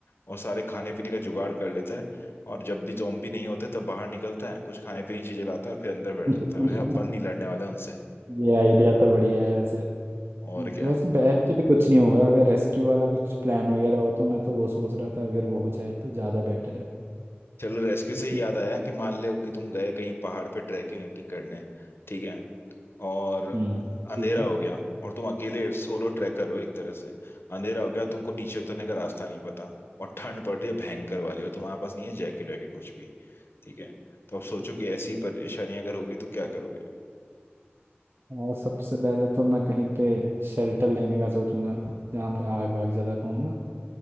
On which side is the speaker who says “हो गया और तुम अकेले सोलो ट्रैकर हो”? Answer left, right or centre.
Left